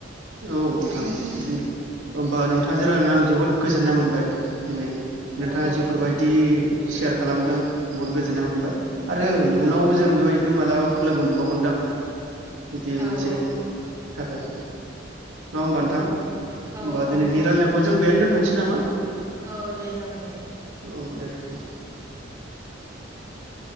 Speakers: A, on the right (about 80°); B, on the right (about 20°).
A: औ नोंथां बिदिनो होमबा नोंथांजों
B: उम
A: रायायनानै आं जोबोद गोजोननाय मोनबाय दिनै ।
B: औ
A: नोंथाङा
B: औ
A: जेफोरबायदि सेयार खालामदों बहुद गोजोननाय मोनबाय । आरो इयुनावबो
B: औ
A: जों बेबायदिनो मालाबाफोर लोगो मोनबावगोनदां । बिदि
B: औ
A: मोनसे
B: औ
A: थाखाय नङा
B: उम
A: होमबा नोंथां होमबा
B: औ औ
A: दिनैनि
B: नंगौ
A: रायलायनायखौ जों बेहनो दोनथनोसै नामा।
B: औ दे जागोन दे
A: औ दे औ